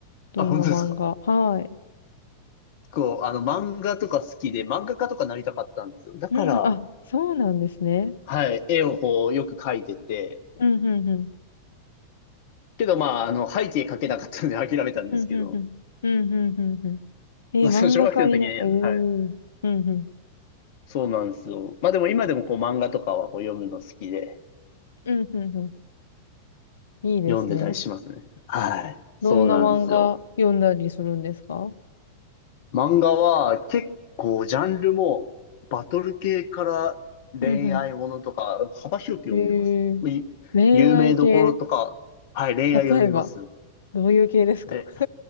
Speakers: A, on the left (about 75°); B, on the left (about 55°).
A: どんな漫画はい。
B: あ、本当ですか。こう、あの、漫画とか好きで、漫画家とかなりたかったんですよ。だから、
A: うんうん。あ、そうなんですね。
B: はい、絵をこう、よく描いてて、
A: うんうんうん。
B: けど、まあ、あの、背景描けなかったので諦めたんですけど、
A: うんうんうん。うんうんうんうん。えー漫画家にな、
B: まあ、その小学生の時に、はい、
A: おー。うんうん。
B: そうなんですよ。まあ、でも今でもこう、漫画とかはこう、読むの好きで、
A: うんうんうん。いいですね。
B: 読んでたりしますね。はい、そうなんですよ。
A: どんな漫画読んだりするんですか
B: 漫画は結構ジャンルもバトル系から恋愛ものとか幅広く読んでます。
A: うんうん。えー、
B: い有名どころとか、
A: 恋愛系、
B: はい、恋愛読みますよ。
A: 例えば、どういう系ですか
B: で、
A: <laughs>